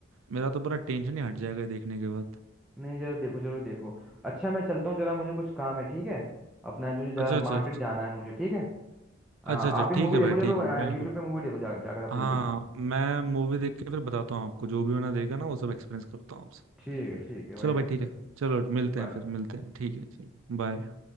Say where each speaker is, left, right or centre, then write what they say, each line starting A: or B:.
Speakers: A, on the right; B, in the centre.
A: मेरा तो पूरा टेंशन ही हट जाएगा ये देखने के बाद
B: नहीं जरूर देखो जरूर देखो अच्छा मैं चलता हूँ जरा मुझे कुछ काम है ठीक है अपना जो जरा
A: अच्छा
B: मार्केट
A: अच्छा अच्छा
B: जाना है मुझे ठीक है हाँ
A: अच्छा अच्छा,
B: आप
A: ठीक
B: ये मूवी
A: है
B: देखो
A: भाई
B: जरूर
A: ठीक है बिल्कुल
B: यूट्यूब पे मूवी देखो जा, जाकर आप
A: हाँ
B: जल्दी
A: मैं मूवी देख के फिर बताता हूँ आपको जो भी मैंने देखा ना वो सब एक्सपीरियंस करता हूँ आपसे
B: ठीक है ठीक है भाई
A: चलो
B: देखो
A: भाई ठीक
B: जरा
A: है चलो मिलते
B: बाय
A: हैं फिर मिलते हैं ठीक है चलो बाय